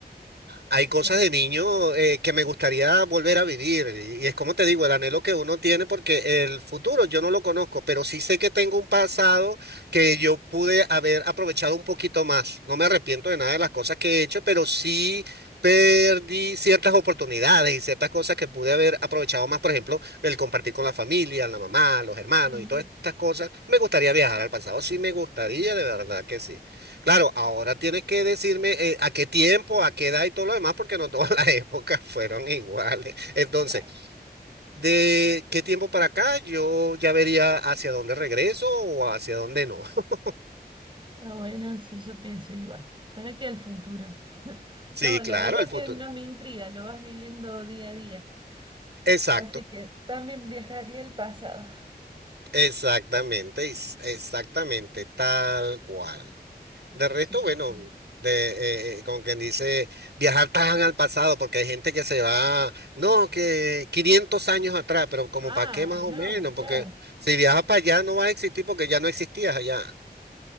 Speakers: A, on the right; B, on the right.
A: hay cosas
B: Por-
A: de niño eh, que me gustaría volver a vivir. Y, y es como te digo, el anhelo que uno tiene, porque el futuro yo no lo conozco, pero sí sé que tengo un pasado que yo pude haber aprovechado un poquito más. No me arrepiento de nada de las cosas que he hecho, pero sí perdí ciertas oportunidades y ciertas cosas que pude haber aprovechado más. Por ejemplo, el compartir con la familia, la mamá, los hermanos
B: Sí.
A: y todas estas cosas. Me gustaría viajar al pasado. Sí,
B: <laughs>
A: me gustaría, de verdad que sí. Claro, ahora tienes que decirme eh, a qué tiempo, a qué edad y todo lo demás, porque no todas <laughs> las épocas fueron iguales. Entonces,
B: Claro.
A: ¿de qué tiempo para acá? Yo ya vería hacia dónde regreso o hacia dónde no. <laughs>
B: Ah, bueno, sí, yo pienso igual. ¿Para qué al futuro?
A: Sí,
B: No, la
A: claro,
B: verdad
A: el futuro.
B: que no me intriga, lo vas viviendo día a día.
A: Exacto,
B: Así que también viajaría al pasado.
A: exactamente, is- exactamente, tal cual. De resto,
B: Sí,
A: bueno,
B: sí.
A: de, eh, eh, como quien dice, viajar tan al pasado, porque hay gente que se va, no, que 500 años atrás, pero como
B: Ah,
A: para qué más o
B: no,
A: menos,
B: claro.
A: porque si viajas para allá no vas a existir porque ya no existías allá.